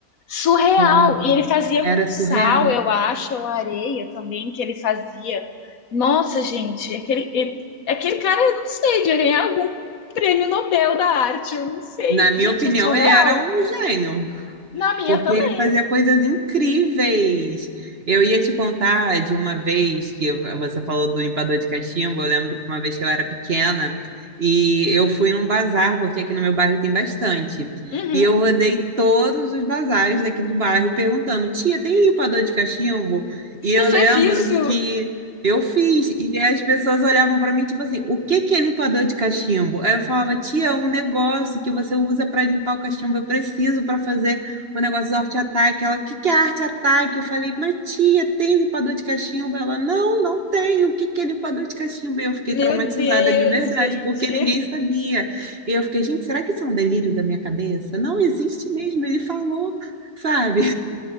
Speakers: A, on the left (about 55°); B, on the right (about 40°).
A: Surreal!
B: como?
A: E ele fazia
B: Era
A: com
B: surreal.
A: sal, eu acho, ou areia também, que ele fazia. Nossa, gente, aquele, ele- aquele cara, eu não sei, devia ganhar algum prêmio Nobel da arte, eu não sei.
B: Na minha
A: Gente,
B: opinião,
A: é surreal.
B: ele era um gênio.
A: Na minha
B: porque
A: também.
B: ele fazia coisas incríveis. Eu ia te contar de uma vez que você falou do limpador de cachimbo. Eu lembro que uma vez que eu era pequena e eu fui num bazar, porque aqui no meu bairro tem bastante.
A: Uhum.
B: E eu rodei todos os bazares daqui do bairro perguntando: tia, tem limpador de cachimbo? E eu
A: Tu
B: lembro
A: fez isso?
B: que eu fiz, e as pessoas olhavam para mim, tipo assim, o que que é limpador de cachimbo? Aí eu falava, tia, é um negócio que você usa para limpar o cachimbo, eu preciso para fazer o negócio do Arte Ataque. Ela, o que que é Arte Ataque? Eu falei, mas tia, tem limpador de cachimbo? Ela, não, não tem. O que que é limpador de cachimbo? E eu fiquei
A: Meu
B: traumatizada
A: Deus,
B: de verdade,
A: gente.
B: porque ninguém sabia. E eu fiquei, gente, será que isso é um delírio da minha cabeça? Não existe mesmo, ele falou, sabe?